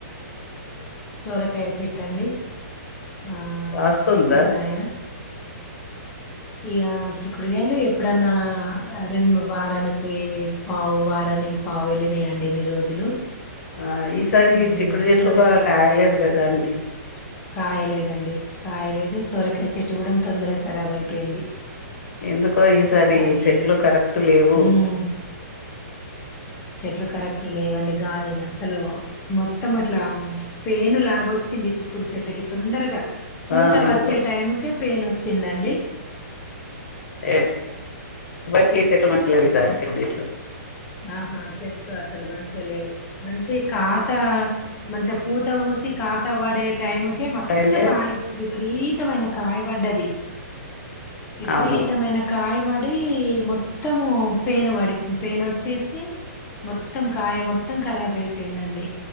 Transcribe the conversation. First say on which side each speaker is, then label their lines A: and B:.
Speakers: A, on the left; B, on the left.
A: సొరకాయ చెట్ టండి ఆహ్
B: కాస్తుందా
A: చిక్కుడుగాయ. ఇక చిక్కుడుగాయలు ఎప్పుడన్నా రెండు వారానికి పావు వారానికి పావు ఏళ్ళినాయండి ఇన్ని రోజులు.
B: ఆహ్ ఈసారి
A: ఉమ్
B: చిక్కుడు చెట్లు
A: సోరకాయ
B: బాగా కాయలేదు కదా అండి.
A: కాయలేదండి కాయలేదు సోరకాయ చెట్టు కూడా తొందరగా ఖరాబ్ అయిపోయింది.
B: ఎందుకో ఈసారి
A: అవి
B: చెట్లు కరెక్ట్ లేవు.
A: ఉమ్ చెట్లు కరెక్ట్ లేవండి. గాలి అసలు మొత్తం అట్లా ప్చ్ పెను లాగ వచ్చింది. చిక్కుడు చెట్లకి తొందరగా. పూత
B: ఆ ఎందుకో
A: వచ్చే టైంకి పెయిన్ వ చిందండి
B: ఎప్ మాకి చెట్లు మంచిగ లేవు ఈసారి దేట్లా
A: ఆహా చెట్లు అసలు మంచిగా లేవు మంచి ఖాతా మంచిగా పూత ఊసి ఖాతా పడే టైం. ఏం మస్తు
B: టైంకే
A: కాయ. విపరీతమైన కాయలు. పడ్డది విపరీతమైన
B: అవును
A: కాయలు. వాడి మొత్తము పెను వాడి పెను వచ్ కాసాయి మొత్తం కాయ మొత్తం ఖరాబ్ అయిపోయిందండి